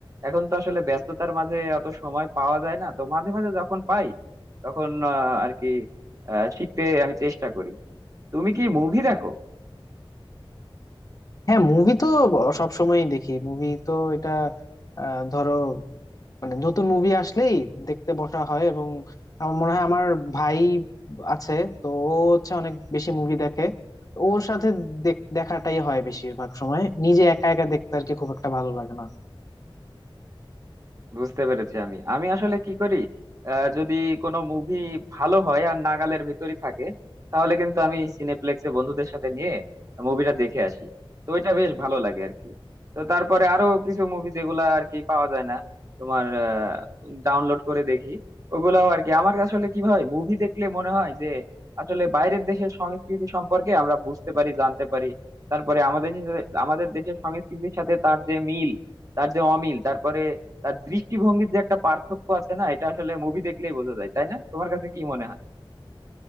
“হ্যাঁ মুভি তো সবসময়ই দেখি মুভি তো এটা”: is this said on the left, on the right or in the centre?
Left